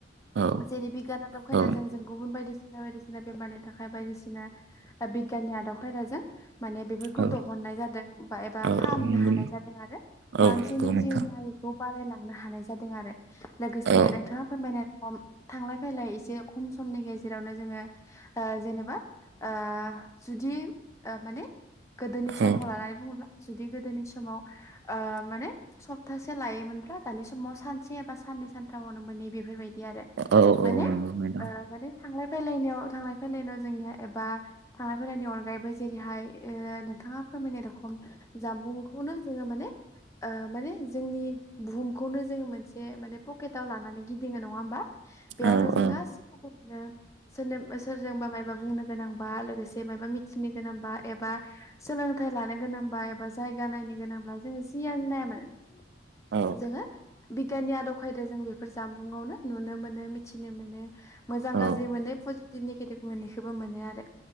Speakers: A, on the right; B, on the left.
A: औ
B: जेरै बिगियान आदब खायदाजों
A: औ
B: जों गुबुन बायदि बायदिसिना बेमारनि थाखाय बायदिसिना बिगियाननि आदब खायदाजों माने बेफोरखौ
A: औ
B: दहननाय जादों बा एबा
A: औ
B: फाहामनो
A: औ नंगौ
B: हानाय जादों आरो।
A: औ
B: मानसिनि
A: नंगौ नोंथां
B: जिउनि आयुखौ बारायलांनो हानाय जादों आरो लोगोसे
A: औ
B: नोंथाङा फोरमायनाय थांलाय फैलाय एसे खम समनि गेजेरावनो जोङो ओ जेनेबा ओ जुदि ओ माने गोदोनि
A: औ
B: समखौ लानानै बुङोब्ला जुदि गोदोनि समाव ओ माने सप्तासे लायोमोनब्ला दानि समाव सानसे एबा साननै सानथामावनो मोन बेफोरबायदि आरो
A: औ औ
B: माने
A: नंगौ नोंथां
B: ओ माने थांलाय फैलाय थांलाय फैलायाव जोंनिया एबा थांलाय फैलायनि अनगायैबो जेरैहाय ओ नोंथाङा फोरमायनाय रखम जामबुंखौ खुनु जोङो माने ओ माने जोंनि बुहुमखौनो जोङो मोनसे माने पकेटाव लानानै गिदिङो नङा होमबा? बेयावनो
A: औ
B: जों
A: औ
B: गासिखौबो आरो सोरनो सोरजोंबा मायबा बुंनो गोनांबा लोगोसे मायबा मिथिनो गोनांबा एबा सोलोंथाइ लानो गोनांबा एबा जायगा नायनो गोनांब्ला जोङो जियानो नाया मानो
A: औ
B: जोङो बिगियाननि आदब खायदाजों बेफोर जानबुंआवनो नुनो मोनो मिथिनो मोनो। मोजां
A: औ
B: गाज्रि मोनो पजिटिभ नेगेटिभ मोननैखौबो मोनो आरो।